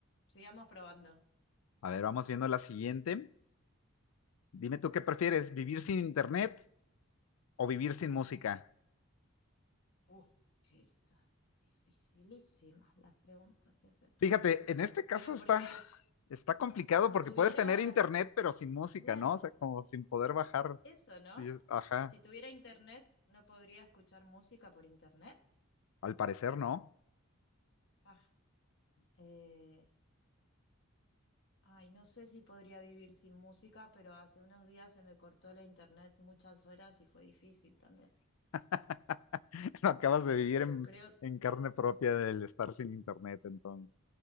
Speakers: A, on the left; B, on the left.
A: sigamos probando.
B: A ver, vamos viendo la siguiente. Dime tú qué prefieres, vivir sin internet o vivir sin música.
A: Uf, sí, están dificilísimas las preguntas que haces.
B: Fíjate, en este caso
A: Pero porque
B: está, está complicado
A: si
B: porque
A: tuviera,
B: puedes tener internet pero sin música,
A: claro,
B: ¿no? O sea, como sin poder bajar.
A: eso, ¿no?
B: Y- Ajá,
A: Si tuviera internet, ¿no podría escuchar música por internet?
B: al parecer no.
A: Ah, eh, ay, no sé si podría vivir sin música, pero hace unos días se me cortó la internet muchas horas y fue difícil también.
B: <laughs> <laughs> Lo acabas de
A: Eh,
B: vivir
A: Pero
B: en,
A: creo,
B: en carne propia del estar sin internet, entonces.